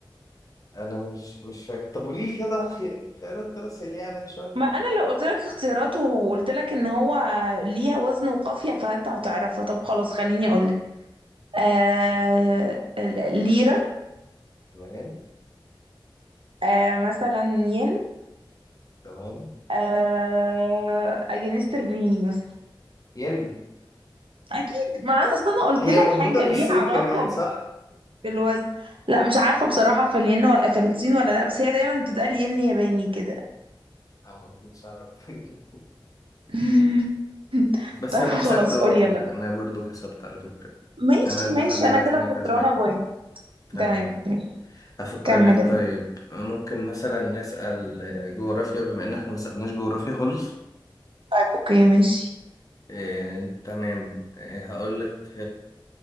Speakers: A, on the left (about 40°); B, on the right (about 85°).
A: أنا مش مش فاكر طب قولي لي كده خي- خيارات كده سريعة عليا شوية
B: ما انا لو قلت لك اختيارات وقلت لك ان هو ليها وزن وقافية فانت هتعرفها طب خلاص خليني اقول لك آه... ليرة
A: تمام
B: آه... مثلا ين
A: تمام
B: آه... جنيه استرليني مثلا
A: ين
B: اكيد ما انا اصلا قلت
A: هي
B: لك
A: موجودة
B: حاجة
A: في
B: ليها
A: الصين
B: علاقة
A: كمان صح؟
B: في الوزن لا مش عارفة بصراحة في الين ولا في الصين ولا لا بس هي دايما بتتقال ين ياباني كده
A: أنا ما كنتش أعرف <laughs>
B: <laughs>
A: بس
B: طيب
A: انا
B: خلاص
A: كسبت برضو
B: قول يلا
A: انا برضو كسبت على فكرة
B: ماشي
A: انا لحد
B: ماشي
A: دلوقتي
B: انا كده
A: انا كسبان
B: خسرانة بوينت
A: تمام
B: تمام ماشي.
A: افكر
B: كمل
A: لك
B: انت
A: طيب ممكن مثلا نسأل آه، جغرافيا بما ان احنا ما سألناش جغرافيا خالص
B: طيب اوكي ماشي
A: آه، تمام آه، هقول لك